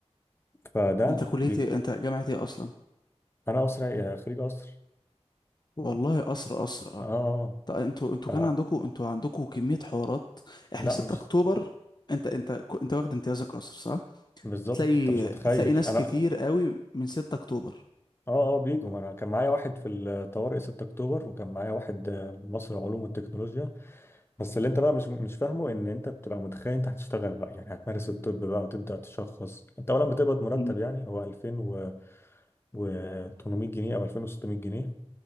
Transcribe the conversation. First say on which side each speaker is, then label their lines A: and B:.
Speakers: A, on the left; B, on the left.
A: فده
B: انت كلية
A: بي...
B: ايه؟ انت جامعة ايه اصلا؟
A: انا قصر عيني- خريج قصر
B: والله قصر قصر آه.
A: اه
B: طب انتوا انتوا
A: اه
B: كان عندكم انتوا عندكم كمية حوارات احنا
A: فلا
B: 6
A: مش
B: اكتوبر انت انت انت واخد امتيازك قصر صح؟
A: بالظبط
B: تلاقي
A: انت مش متخيل
B: تلاقي ناس
A: انا
B: كتير قوي من 6 اكتوبر
A: اه اه بيجوا ما انا كان معايا واحد في الطوارئ 6 اكتوبر وكان معايا واحد آه، مصر العلوم والتكنولوجيا بس اللي انت بقى مش مش فاهمه ان انت بتبقى متخيل انت هتشتغل بقى يعني هتمارس الطب بقى وتبدا تشخص انت اولا بتقبض مرتب
B: مم.
A: يعني هو 2000 و و 800 جنيه او 2600 جنيه